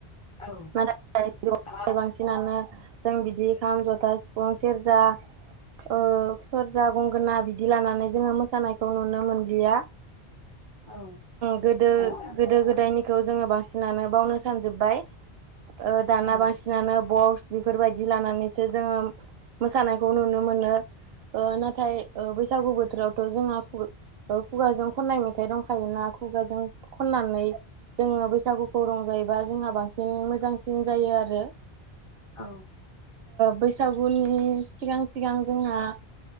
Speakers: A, on the left (about 35°); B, on the right (about 75°).
A: औ
B: नाथाय बांसिन।
A: औ
B: फिसिनानो जों बिदि खाम जथा, सिफुं, सेरजा ओ सेरजा, गंगोना बिदि लानानै जोङो मोसानायखौ नुनो मोनलिया।
A: औ
B: गोदो
A: औ नंगौ
B: गोदो-गोदायनि खौ जोङो बांसिनानो बावनो सानजोबबाय दाना
A: औ
B: बांसिन बिसिानो बक्स बेफोरबायदि लानानैसो जोङो मोसानायखौ नुनो मोनो। ओ नाथाय बैसागु बोथोरावथ' जोंहा खुगाजों खननाय मेथाइ दंखायोना खुगाजों खननानै जोङो बैसागुखौ रंजायोबा जोंहा बांसिन मोजांसिन जायो आरो।
A: औ।
B: बैसागुनि सिगां सिगां जोंहा